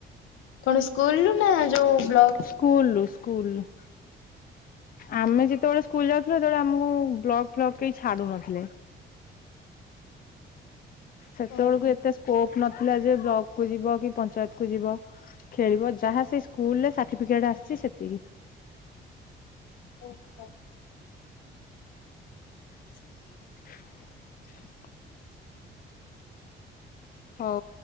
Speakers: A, on the left; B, on the left.
A: କଣ ସ୍କୁଲୁ ନା ଯୋଉ ବ୍ଲ
B: ସ୍କୁଲ, ସ୍କୁଲ। ଆମେ ଯେତେବେଳେ ସ୍କୁଲ ଯାଉଥିଲୁ ସେତେବେଳେ ଆମକୁ ବ୍ଲକ ଫ୍ଲକ କେହି ଛାଡୁନଥିଲେ। ସେତେବେଳକୁ
A: ଓହୋ
B: ଏତେ ସ୍କୋପ ନଥିଲା ଯେ ବ୍ଲକ କୁ ଯିବ କି ପଞ୍ଚାୟତ କୁ ଯିବ। ଖେଳିବ ଯାହା ସେଇ ସ୍କୁଲ ରେ ସାର୍ଟିଫିକେଟ ଆସିଛି ସେତିକି।
A: ଓ ହୋ।
B: <inaudible> ହଉ